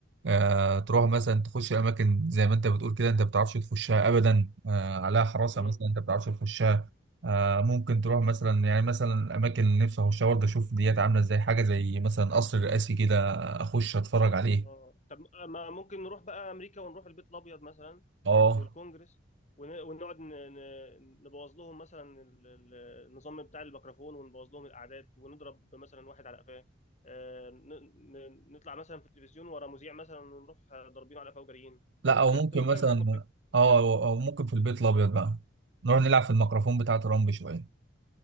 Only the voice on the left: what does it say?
امم
اه طب ما ممكن نروح بقى امريكا ونروح البيت الابيض مثلا
والكونجرس ون- ونقعد ن- ن- نبوظ لهم مثلا ال- ال- النظام بتاع الميكروفون ونبوظ لهم الاعداد ونضرب مثلا واحد على قفاه آه، ن- ن- نطلع مثلا في التلفزيون ورا مذيع مثلا ونروح ضاربينه على قفاه وجاريين
حاجات
ممكن
نعمل حاجات مضحكه.